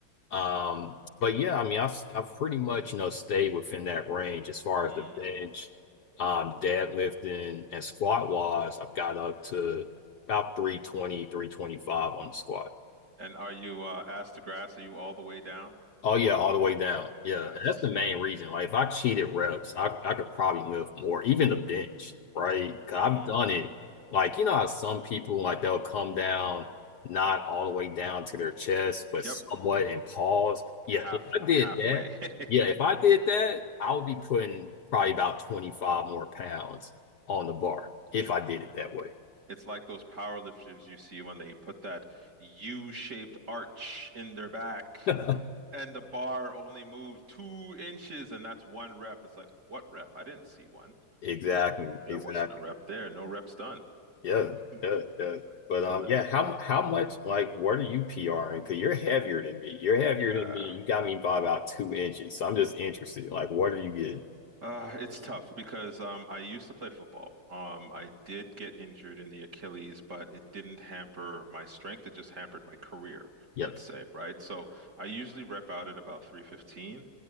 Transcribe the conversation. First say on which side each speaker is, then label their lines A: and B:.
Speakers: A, on the left; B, on the right.
A: Um, but yeah, I mean, I've I've pretty much, you know, stayed within that range as far as
B: Mm.
A: the bench, um, deadlifting and squat wise, I've got up to about three twenty, three twenty five on the squat.
B: And are you uh, ass to grass? Are you all the way down?
A: Oh yeah, all the way down. Yeah,
B: Nice.
A: and that's the main reason. Like if I cheated reps, I, I could probably lift more, even the bench, right? Cause I've
B: Mm.
A: done it. Like you know how some people like they'll come down not all the way down to their chest, but
B: Yep.
A: somewhat and pause. Yeah,
B: Half
A: if I did
B: halfway.
A: that,
B: <laughs>
A: yeah, if I did that, I would be putting probably about 25 more pounds on the bar if I did it that way.
B: It's like those power lifters you see when they put that U-shaped arch in their back,
A: <laughs>
B: and the bar only moved two inches, and that's one rep. It's like, what rep? I didn't see one.
A: Exactly,
B: There, there
A: exactly.
B: wasn't a rep there. No reps done.
A: Yeah,
B: <laughs>
A: yeah, yeah. But
B: It's
A: um,
B: hilarious.
A: yeah, how how much like what are you PRing? Because you're heavier than me. You're heavier
B: Yeah.
A: than me. You got me by about two inches. So I'm just interested. Like, what are you getting?
B: Uh, it's tough because um, I used to play football. Um, I did get injured in the Achilles, but it didn't hamper my strength. It just hampered my career,
A: Yeah,
B: let's say, right? So I usually rep out at about 315.